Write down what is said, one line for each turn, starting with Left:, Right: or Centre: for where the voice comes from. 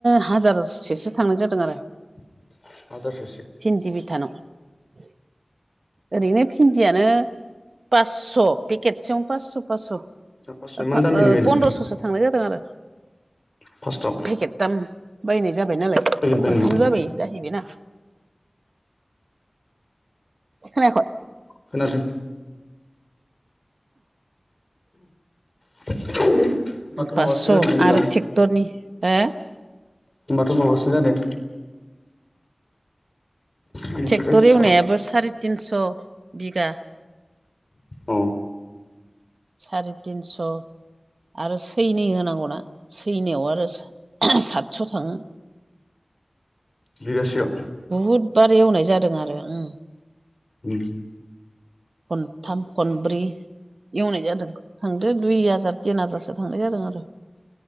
Right: हाजारसेसो थांनाय जादों आरो।
Left: <unintelligible>
Right: भिन्दि बिथानाव ओरैनो भिन्दियानो पासस' पेकेटसेयावनो पासस' पासस'
Left: फासस'
Right: ओ
Left: इमान दामिनि गायदों
Right: पन्द्रस'सो थांनाय जादों आरो
Left: फार्स्टआव
Right: पेकेट दाम बायनाय जाबाय नालाय
Left: पेकेट बायनायाव
Right: खनथाम जाबाय जाहैबायना खोनायाखै
Left: खोनादों <unintelligible>
Right: पास्स'
Left: जादों जेनेबा
Right: आरो ट्रेक्टरनि हो
Left: होनोमबाथ' माबासो जादों? ओइद
Right: ट्रेक्टर
Left: साला
Right: एवनायाबो साराय तिनस' बिगा
Left: अ
Right: साराय तिनस' आरो सैनै होनांगौना। सैनायाव आरो सातस' थाङो।
Left: बिगासेयाव
Right: बहुदबार एवनाय जादों आरो ओम
Left: उम
Right: खनथाम खनब्रै एवनाय जादों थांदो दुइ हाजार तिन हाजारसो थांनाय जादों आरो